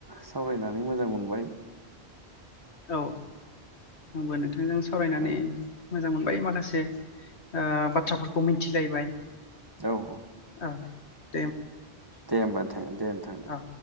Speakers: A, on the right; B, on the left.
A: सावरायनानै मोजां मोनबाय।
B: औ आंबा नोथ जों सावरायनानै
A: ओ
B: मोजां मोनबाय माखासे ओ बाथ्राफोरखौ मिथ थिलायबाय।
A: औ औ
B: ओ
A: दे होमबा थां दो थां दे।
B: औ